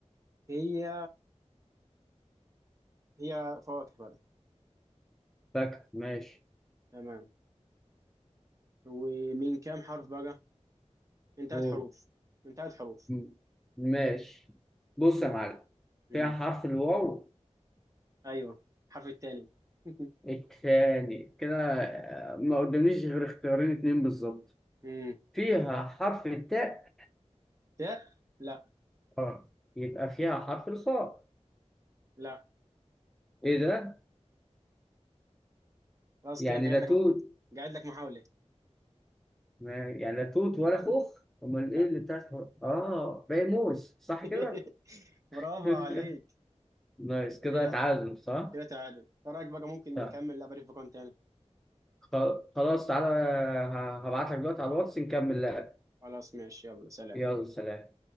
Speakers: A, on the right; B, in the centre.
A: هي هي فواكه بقى
B: فاكر ماشي
A: تمام ومن كام حرف بقى من ثلاث
B: أوه.
A: حروف من ثلاث حروف
B: م- ماشي بص يا معلم
A: امم
B: فيها حرف الواو
A: ايوه الحرف الثاني <laughs>
B: التاني كده آه، ما قدامنيش غير اختيارين اتنين بالظبط
A: امم
B: فيها حرف التاء
A: تاء لا
B: اه يبقى فيها حرف الخاء
A: لا
B: ايه ده؟
A: خلاص
B: يعني
A: كده انت قاعد
B: لا
A: لك
B: توت
A: م- قاعد لك محاولة
B: ما- يعني لا توت ولا خوخ امال
A: لا
B: ايه اللي بتاعت اه باقي موز صح
A: <laughs>
B: كده؟
A: برافو
B: <laughs>
A: عليك
B: نايس كده
A: كده
B: تعادل صح؟
A: كده تعادل ايه رايك بقى ممكن
B: طيب.
A: نكمل لعبة في بكون تاني
B: خ- خلاص تعالى هبعت لك دلوقتي على الواتس نكمل لعب
A: خلاص ماشي يلا سلام
B: يلا سلام